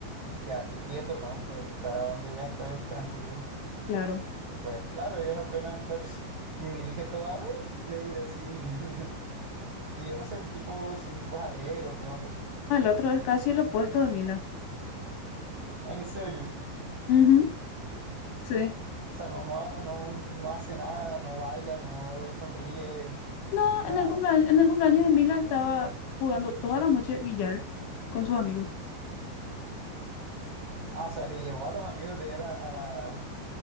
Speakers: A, on the right (about 80°); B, on the left (about 80°).
A: quedarte quieto, ¿no? Pues buscar a donde ya estés tranquilo.
B: claro.
A: Pues claro, ellos apenas, claro, y Mili que es toda "Ay, alegre así. <laughs> Y yo no sé el tipo, si el tipo es alero, qué onda.
B: No, El otro es casi el opuesto de Mila.
A: En serio.
B: Ujú. Sí.
A: O sea, no, no, ha- no, no hace nada, no baila, no sonríe,
B: No,
A: nada.
B: en el cumpleaños, en el cumpleaños de Mila estaba jugando toda la noche billar con sus amigos.
A: Ah, o sea, le llevó a los amigos de él a, a la,